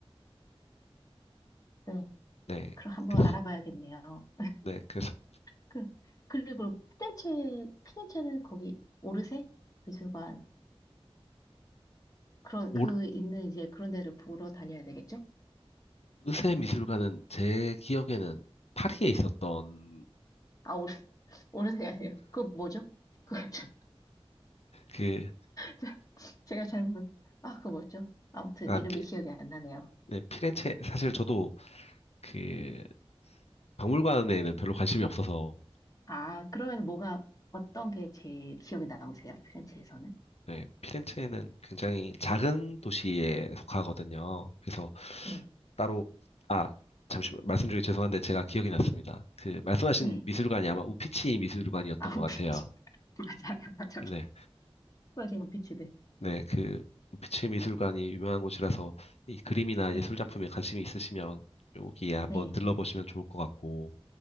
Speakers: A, on the left; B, on the left.
A: 네.
B: 네.
A: 그럼 한번
B: 그
A: 알아봐야겠네요.
B: 네, 그래서
A: 그, 그리고 피렌체, 피렌체는 거기 오르세 미술관. 그런,
B: 오르-
A: 그 있는 이제 그런 데를 보러 다녀야 되겠죠?
B: 오르세 미술관은 제 기억에는 파리에 있었던
A: 아, 오르, <laughs> 오르세 아니에요. 그거 뭐죠? 그거, 저-
B: 그,
A: 저- 제가 잘못, 아, 그거 뭐죠? 아무튼
B: 아,
A: 이름이
B: 피,
A: 기억이 안 나네요.
B: 네, 피렌체 사실 저도 그 박물관에는 별로 관심이 없어서
A: 아, 그러면 뭐가, 어떤 게 제일 기억에 남으세요? 피렌체에서는?
B: 네, 피렌체는 굉장히 작은 도시에 속하거든요. 그래서
A: 네,
B: 따로 아 잠시만 말씀 중에 죄송한데 제가 기억이 났습니다. 그 말씀하신
A: 네.
B: 미술관이 아마 우피치 미술관이었던
A: 네. 아우비치.
B: 것 같아요.
A: <laughs> 맞아요, 맞아요.
B: 네.
A: 맞아요, 아우비치, 네.
B: 네, 그 빛의 미술관이 유명한 곳이라서 이 그림이나
A: 네,
B: 예술 작품에 관심이 있으시면 여기에 한번
A: 네,
B: 들러보시면 좋을 것 같고